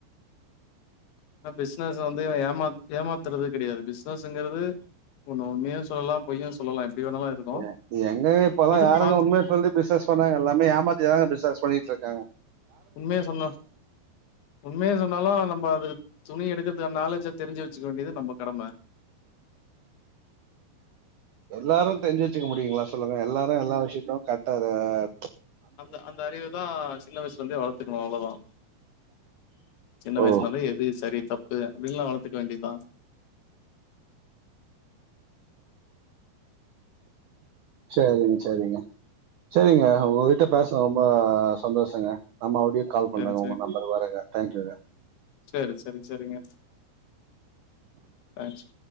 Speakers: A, on the left; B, on the right.
A: ஆ பிசினஸ் வந்து இவ ஏமாத்துறது கிடையாது பிசினஸ்ங்கிறது ஒன்னு உண்மயு சொல்லா பொய்யு சொல்லலா எப்டியு வேணாலு இருக்கு
B: யெ யெங்கங்க இப்பலா
A: அது
B: யாருங்க
A: பாத்து
B: உண்மய சொல்லி பிஸ்னஸ் பண்ணாரங்கா எல்லாமே ஏமாத்திதாங்க பிசினஸ் பண்ணிட்டு ருக்காங்க
A: உண்மயா சொன்னா உண்மயே சொன்னாலு நம்ம அது துணி எடுக்கறதுக்கான நாலேஜ தெரிஞ்சு வெச்சுக்க வேண்டியது நம்ம கடம
B: எல்லாரு தெரிஞ்சு வெச்சுக்க முடியுங்களா சொல்லுங்க எல்லாரு எல்லா விஷயத்து கர்ட்டா இருக்காங்க
A: அந்த அந்த அறிவ தா சின்ன வயசுல இருந்தே வளத்துக்கணு அவ்ளோதா சின்ன
B: ஓ
A: வயசுல இருந்த எது தப்பு அப்டின்னுல்லா வளத்துக்க வேண்டிதா
B: செரிங்க செரிங்க செரிங்க உங்ககிட்ட பேசன ரொம்ப சந்தோஷங்க நா மருப்டியு கால்
A: சரி
B: பண்றாங்க உங்க நம்பர் வரங்க தேங்க்யூங்க
A: செரி செரி சரிங்க தேங்க்ஸ்